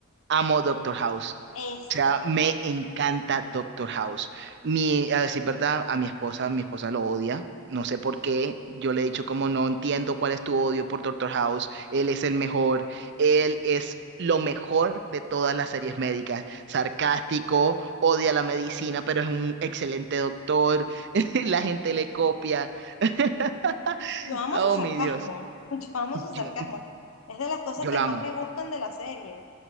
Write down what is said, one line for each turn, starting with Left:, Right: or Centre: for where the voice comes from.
Right: amo Doctor House.
Left: Eso,
Right: O sea, me encanta Doctor House. Mi, a decir verdad, a mi esposa, mi esposa lo odia. No sé por qué. Yo le he dicho como no entiendo cuál es tu odio por Doctor House. Él es el mejor. Él es lo mejor de todas las series médicas. Sarcástico, odia la medicina, pero es un excelente doctor. <laughs> La gente le copia. <laughs>
Left: Yo amo
Right: Oh,
Left: su sarcasmo,
Right: mi Dios.
Left: <laughs> yo amo su sarcasmo.
Right: Yo,
Left: Es de las cosas
Right: yo
Left: que
Right: lo
Left: más
Right: amo.
Left: me gustan de la serie.